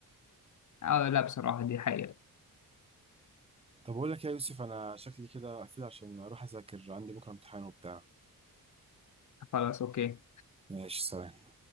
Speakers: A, on the left; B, on the right.
A: اه لا بصراحه دي حقيقه
B: طب أقول لك إيه يا يوسف أنا شكلي كده أقفل عشان أروح أذاكر عندي بكرة امتحان وبتاع
A: خلاص اوكي
B: ماشي سلام